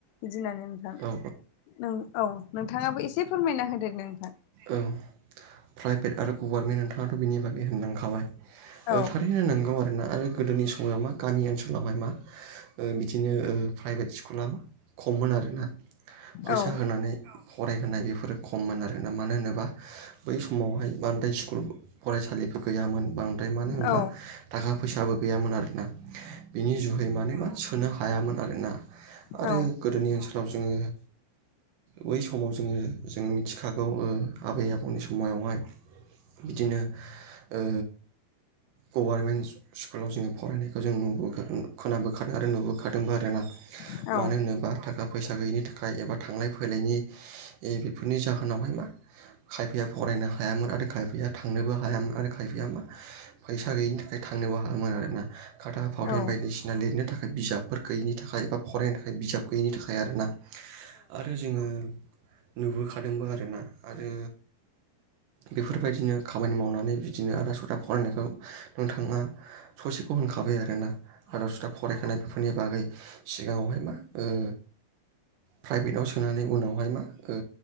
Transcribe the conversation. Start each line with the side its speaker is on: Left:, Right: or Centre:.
Left: बिदि होननानै नोंथां
Right: औ
Left: नों औ नोंथाङाबो एसे फोरमायना होदो नोंथां
Right: औ प्राइभेट आरो गभारनमेन्ट नोंथाङाथ' बिनि बागै होनलांखाबाय
Left: औ
Right: थारैनो नंगौ आरोना आरो गोदोनि समाव मा गामि ओनसोलावहाय मा ओ बिदिनो ओ प्राइभेट स्कुला खममोन आरोना फैसा
Left: औ
Right: होनानै फरायहोनाय बेफोरो खममोन आरोना मानो होनोबा बै समावहाय बांद्राय स्कुल फरायसालिफोर गैयामोन बां नाथाय मानो होनबा
Left: औ
Right: थाखा फैसाबो गैयामोन आरो ना बिनि जुहै माने मा सोनो हायामोन आरोना आरो
Left: औ
Right: गोदोनि ओनसो लाव जोङो बै समाव जोङो जों मिथिखागौ आबै आबौ मोनननि समायावहाय बिदिनो ओ गभारनमेन्ट स्कुलाव जोङो फरायनायखौ जों नुबो खोनाबोखादों आरो नुबोखादोंबो आरो ना
Left: औ
Right: मानो होनोबा थाखा फैसा गैयिनि थाख थाखाय एबा थांलाय फैलायनि बेफोरनि जाहोनावहाय मा खायफाया फरायनो हायामोन आरो खायफाया थांनोबो हायामोन आरो खायफाया मा फैसा गैयिनि थाखाय थांनोबो हायामोन आरोना खाथा फावथेन
Left: औ
Right: बायदिसिना लिरनो थाखाय बिजाबफोर गैयिनि थाखाय फरायनो थाखाय बिजाब गैयिनि थाखाय आरो ना आरो जोङो नुबोखादोंबो आरोना आरो बेफोरबायदिनो खामानि मावनानै बिदिनो आदा सदा फरायनायखौ नोंथाङा ससेखौ होनखाबाय आरोना आदा सुदा फरायखानाय बेफोरनि बागै सिगाङावहाय मा ओ प्राइभेटाव सोनानै उनावहाय मा ओ